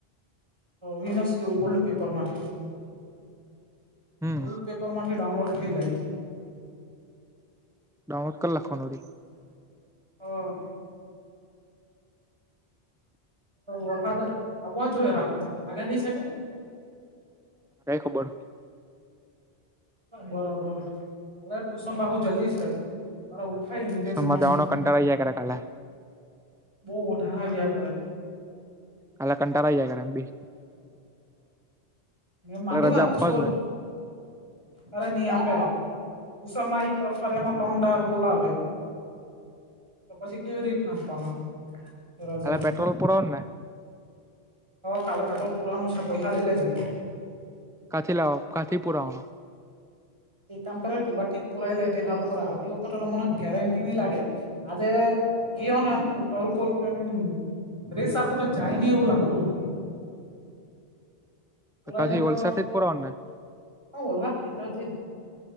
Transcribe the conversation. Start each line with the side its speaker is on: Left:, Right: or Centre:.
Right: વિનસ ઓલ્ડ પેપરમાંથી
Centre: હમ
Right: ઓલ્ડ પેપરમાંથી ડાઉનલોડ થઈ જાય.
Centre: ડાઉનલોડ લખવા નોરી
Right: હમ્મ. વરસાદ આવવા જોઈએ, રાતના આગળ થઈ શકે.
Centre: કઈ ખબર?
Right: બરાબર. ટુશન બહુ જલ્દી છે તરે, ઉઠાય ની તે
Centre: સનમાં
Right: દ મને.
Centre: જવાનો કંટાળા આઈ જયા કરે કાલે
Right: બહુ વધારે આવ્યા કરે.
Centre: કાલા કંટા જાયે, એમ ભી.
Right: એ મામાંડીવાર
Centre: કાલે રજા આપવા
Right: છોર
Centre: જોઈએ
Right: અરે નહી આપે, ભૂષણ મા એમાં તડાર બોલાવે. પછી કેવી રીતે આપવાના? રજા
Centre: અને પટ્રોલ પૂરુ ઉના
Right: કાલે પુરાણનું છે, પૈસા લઈલે જાય.
Centre: કાલથી લાવો, કાલથી પૂર આવના.
Right: એક કામ કરો, તે જ બાજથી જ પુરાય લે તો સારો પડે, આવતી ફેરી કોઈ ગેરંટી નહીં લાગે મને. આજે કયોને ટોલ કોલ કે એમ. રેસ આપું તો જાયને, એવું લાગતું હતું. પરાલા
Centre: કાથી
Right: તો
Centre: વલસાડથી જ પુરાવાનું ને
Right: બોલ હાર છે, તો જ.